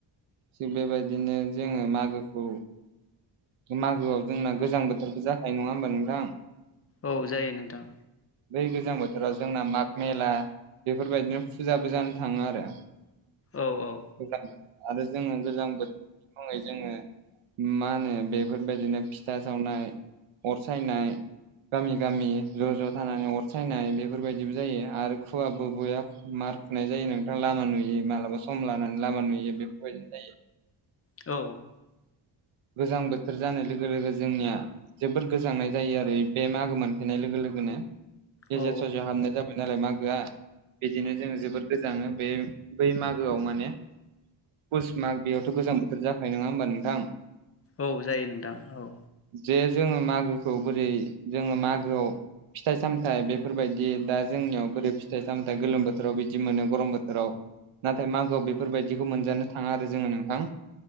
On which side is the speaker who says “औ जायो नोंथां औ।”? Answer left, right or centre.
Left